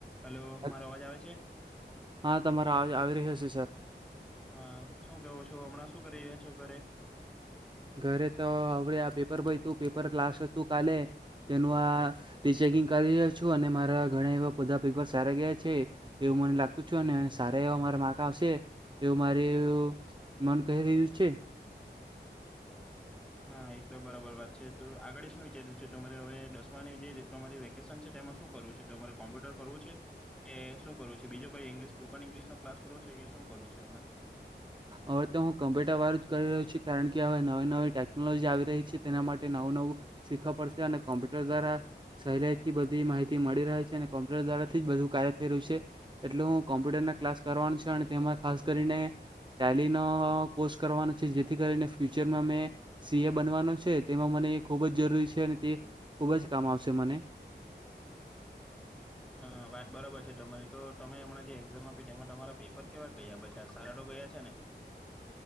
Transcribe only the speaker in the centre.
Hello
મારો અવાજ આવે છે?
હા શું કેવો છો, હમણાં શું કરી રહ્યા છો ઘરે?
હા એકદમ બરાબર વાત છે તો આગળી શું વિચાર્યું છે તમારે હવે દસમાની જે તમારી વેકેશન છે તેમાં શું કરવું છે તમારે કોમ્પ્યુટર કરવું છે કે શું કરવું છે બીજો કઈ ઇંગ્લિશ સ્પોકન ઇંગ્લિશ નો ક્લાસ કરવો છે કે શું કરવું છે હમણા.
હા વાત બરાબર છે. તમારી તો તમે હમણાં જે એક્ઝામ આપી તેમાં તમારા પેપર કેવા ગયા બધા સારા તો ગયા છે ને.